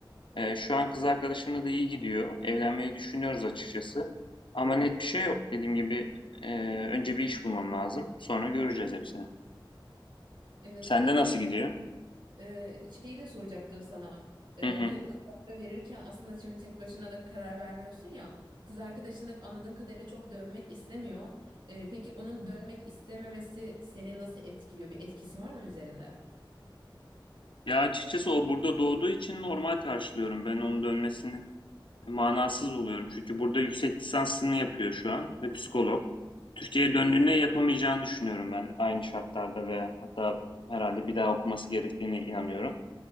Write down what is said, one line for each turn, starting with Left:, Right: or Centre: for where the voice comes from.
Left: Eee, şu an kız arkadaşımla da iyi gidiyor. Evlenmeyi düşünüyoruz açıkçası. Ama net bir şey yok. Dediğim gibi eee, önce bir iş bulmam lazım. Sonra göreceğiz hepsini.
Right: Evet,
Left: Sende
Right: peki
Left: nasıl gidiyor?
Right: Ee, şeyi de soracaktım sana. Ee,
Left: Hı hı.
Right: bu kararı verirken aslında şimdi tek başına da karar vermiyorsun ya. Kız arkadaşın da anladığım kadarıyla çok dönmek istemiyor. Ee, peki onun dönmek istememesi seni nasıl etkiliyor? Bir etkisi var mı üzerinde?
Left: Ya açıkçası o burada doğduğu için normal karşılıyorum. Ben onun dönmesini Manasız buluyorum. Çünkü burada yüksek lisansını yapıyor şu an ve psikolog. Türkiye'ye döndüğünde yapamayacağını düşünüyorum ben aynı şartlarda ve hatta herhalde bir daha okuması gerektiğine inanıyorum.